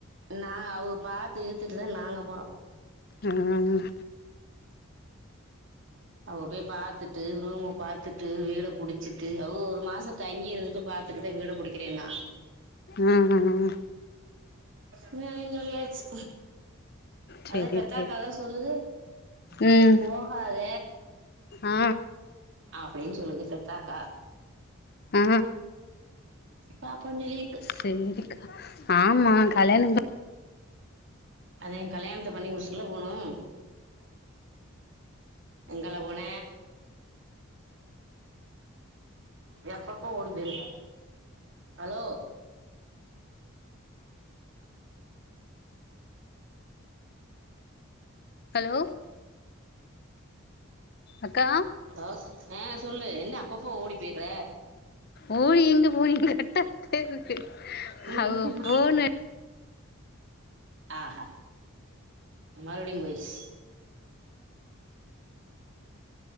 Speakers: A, on the right (about 60°); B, on the left (about 50°).
A: நான அவங்க பாத்து இருத்துட்டுதானே நாங்க போறோம்
B: ம்
A: அங்க போய் பார் பத்துட்டு ரூமா பாத்துட்டு வீட புடிச்சிட்டு ஓ ஒரு மாச தங்கி இருந்துட்டு பாத்துட்டுதா வீட புடிக்கிறே நா
B: ம் ம்
A: செரினு சொல்லியாச்சி
B: சேரி
A: அத பெத்தக்கத
B: சேரி
A: சொல்லு
B: ம்
A: நீ போகாத
B: ஆ
A: அப்டின்னு சொல்லுது பெருசா இருக்கா
B: அ
A: பாப்போ சொல்லி இருக்கு
B: செரிக்கா ஆமா கல்யாணோ ப
A: அத கல்யாணத்த பண்ணி முடிச்சுட்ல போணும் எங்கள போன எப்பப்போ ஓடி போயிருவ ஹலோ
B: ஹலோ அக்கா
A: ஹலோ ஆ சொல்லு என்ன அப்பப்போ ஓடி போயிற
B: ஓடி எங்க போனீங்க கெட்டா இருக்கு
A: ம்
B: அவ போணு
A: ஆஹா மறுபடியு போயிருச்சு